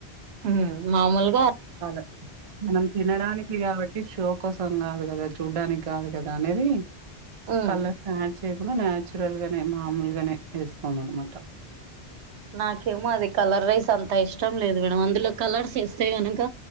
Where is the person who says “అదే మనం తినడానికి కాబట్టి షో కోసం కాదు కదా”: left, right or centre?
Right